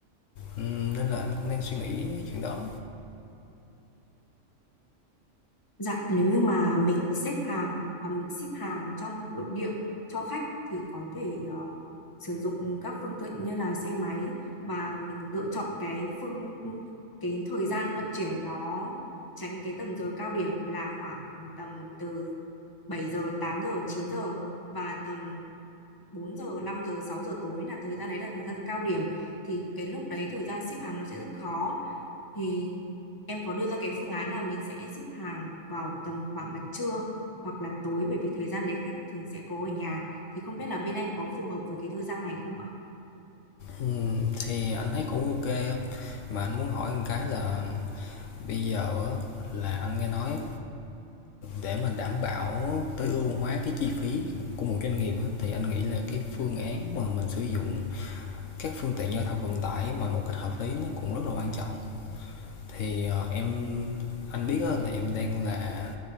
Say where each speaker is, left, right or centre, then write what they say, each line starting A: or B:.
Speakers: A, on the left; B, on the left.
A: Ừm, nên là anh cũng đang suy nghĩ chuyện đó.
B: Dạ, nếu như mà mình xếp hàng à, mình ship hàng trong nội địa cho khách thì có thể ờ, sử dụng các phương tiện như là xe máy và mình lựa chọn cái phương cái thời gian vận chuyển nó tránh cái tầm giờ cao điểm là khoảng tầm từ 7 giờ, 8 giờ, 9 giờ và tầm 4 giờ, 5 giờ, 6 giờ tối là thời gian đấy là thời gian cao điểm thì cái lúc đấy thời gian ship hàng nó sẽ rất khó thì em có đưa ra cái phương án là mình sẽ ship hàng vào tầm khoảng là trưa hoặc là tối bởi vì thời gian đấy khách thường sẽ có ở nhà thì không biết là bên anh có phù hợp với cái thời gian này không ạ?
A: Ừm, thì anh thấy cũng ok mà anh muốn hỏi một cái là bây giờ là anh nghe nói để mình đảm bảo tối ưu hóa cái chi phí của một doanh nghiệp thì anh nghĩ là cái phương án mà mình sử dụng các phương tiện giao thông vận tải mà một cách hợp lý nó cũng rất là quan trọng thì ờ, em anh biết là em đang là